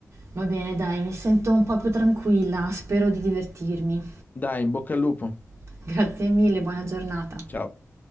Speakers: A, on the right; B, on the left.
A: Va bene, dai, mi sento un po' più tranquilla, spero di divertirmi.
B: Dai, in bocca al lupo.
A: <laughs> Grazie mille, buona giornata.
B: Ciao.